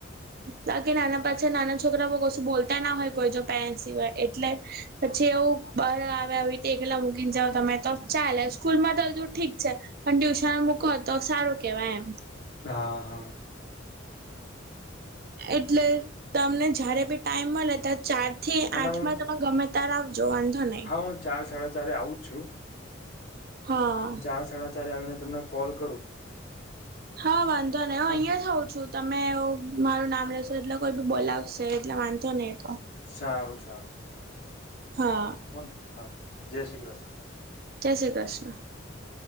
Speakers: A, on the right (about 50°); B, on the left (about 50°).
A: બાકી નાના પાછા નાના છોકરા બ કશું બોલતા ના હોય કોઈ જો પેરેન્ટ સિવાય એટલે પછી જે એવું બાર આવે આવીતે એકલા મૂકીને જાવ તમે તો ચાલે સ્કૂલમાં તો હજુ ઠીક છે પણ ટ્યુશન મૂકો તો સારું કેવાય એમ.
B: હા હા.
A: એટલે તમને જયારે બી ટાઈમ મળે ત્યારે ચાર થી
B: અને
A: આઠ
B: હું
A: માં તમે ગમે ત્યારે આવ જો વાંધો નહી.
B: હા હું ચાર સાડા ચારે આવું જ છું.
A: હા
B: હું ચાર સાડા ચાર આવીને તમને કોલ કરું.
A: હા વાંધો નહી હું
B: હને
A: અહિયાં હઉં છું. તમે એવું મારું નામ લેશો એટલે કોઈ બી બોલાવશે એટલે વાંધો નહીં એ તો
B: સારું સારું
A: હા
B: કોન હા જય શ્રી કૃષ્ણ.
A: જય શ્રી કૃષ્ણ.